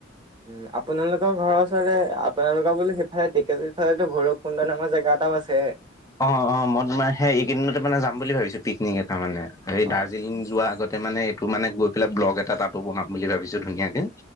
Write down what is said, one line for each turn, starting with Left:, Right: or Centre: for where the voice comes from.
Right: উম আপোনালোকৰ ঘৰৰ ওচৰৰে আপোনালোকৰ বোলো সিফালে ঢেকিয়াজুলি ফালে ভৈৰৱকুণ্ড নামৰ জেগা এটাও আছে
Left: অ', অ', মই তোমাৰ সেই এইকেইদিনতে মানে যাম বুলি ভাবিছো পিকনিক এটা মানে এই
Right: অ'
Left: দাৰ্জিলিং যোৱা আগত মানে এইটো মানে গৈ পেলাই ব্লগ এটা তাতো বনাম বুলি ভাবিছোঁ ধুনীয়াকৈ